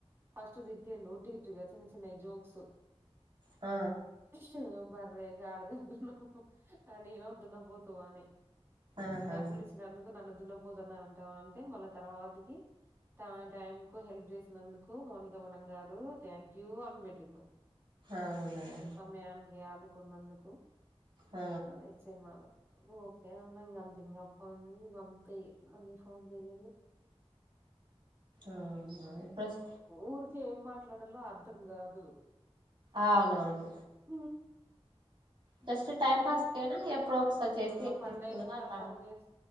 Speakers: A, on the right; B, on the right.
A: ఫస్ట్ తిట్టిండు ఊటీగానే చిన్న చిన్న జోక్స్
B: ఆ
A: చు బర్రె గాడిద దున్న ఆన్ ఈ రోజ్ దున్న పోతు అని,
B: ఆహా
A: డబ్బులు ఇచ్చినందుకు నన్ను దున్నపోతు అంటావా అంటే మళ్ళీ తర్వాతకి త టైం కు హెల్ప్ చేసినందుకు, మోనిక మేడం గారు థ్యాంక్ యూ అని పెట్టిరు.
B: అవునా
A: సమయానికి ఆదుకున్నందుకు
B: ఆ
A: అనీ చిన్నాడు ఓకే అన్న ఇంగ అంత ఇంగ అప్పనుండి ఇంగంతే, మళ్ళీ ఫోన్ చేయలేదు.
B: ఆ ప్రెస్
A: ఊరికే ఏం మాట్లాడాలో అర్ధం కాదు
B: ఆ అవునవును
A: ఊ
B: జస్ట్ టైం
A: పన్లే
B: పాస్ కేనా ఎప్పుడో ఒకసారి చేసి ఏం
A: ఊ పన్లేకుండా
B: చేస్తున్నారో అట్లా అడగ
A: ఫోన్ చేస్